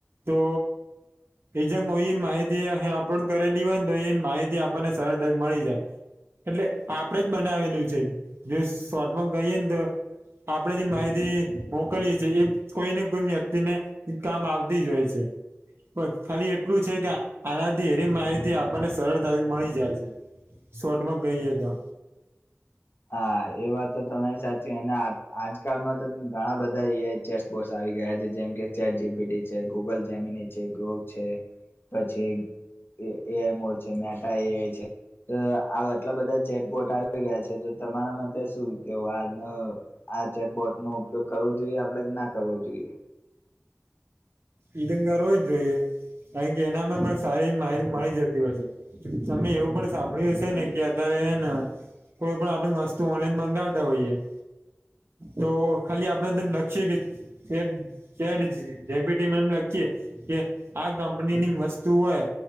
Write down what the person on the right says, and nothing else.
તો એજમ એ માહિતી અ અપલોડ કરેલી હોય ને તો એ માહિતી આપણને સરળતા મળી જાય એટલે આપડે જ બનાવેલું છે. જો શોટમાં કહીએ ને તો આપણેે જે માહિતી મોકલીએ છીએ એ કોઈને કોઈ વ્યક્તિને એ કામ આવતી જ હોય છે. પણ ખાલી એટલું છે. કે આનાથી એની માહિતી આપણને સરળતાથી મળી જાય છે. શોટમાં કઈ એ તો
ઈદનગાર હોય જે કારકે એનામાં પણ સારી એવી માહિતી મળી જતી હોય છે. તમે એવું પણ સાંભળ્યું હશે ને કે અત્યારેને કોઈ પણ આપણેે વસ્તુ ઓનલાઈન મંગાવતા હોઈ એ તો ખાલી આપડે અંદર લખી કે એમ લખીએ, કે આ કંપની ની વસ્તુ હોય.